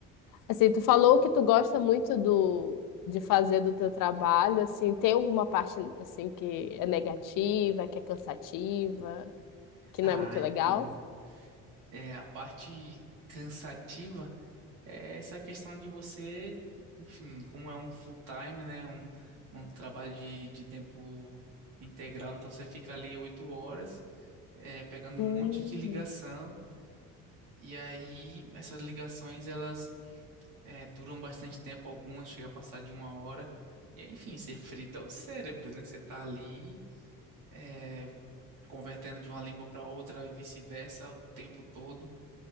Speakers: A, on the left; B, on the right.
A: Assim, tu falou que tu gosta muito do, de fazer do teu trabalho, assim, tem alguma parte, assim, que é negativa, que é cansativa, que não
B: Ah,
A: é muito legal?
B: então, é, a parte cansativa é essa questão de você, enfim, como é um full time, né, um, um trabalho de, de tempo integral, então você fica ali oito horas, é, pegando
A: Hum,
B: um monte de ligação, e aí essas ligações, elas é, duram bastante tempo, algumas chega a passar de uma hora. E aí, enfim, você frita o cérebro, né? Você tá ali é, convertendo de uma língua para outra e vice-versa o tempo todo.